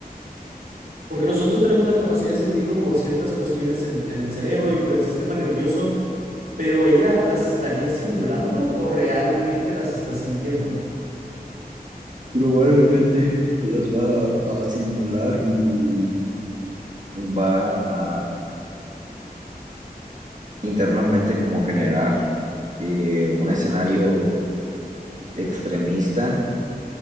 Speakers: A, on the right (about 75°); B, on the right (about 55°).
A: Porque nosotros tenemos la capacidad de sentirlo por ciertas cuestiones en, en el cerebro y por el sistema nervioso, pero ella las estaría simulando o realmente las está sintiendo.
B: Probablemente las va a simular y va a internamente como generar eh, un escenario extremista,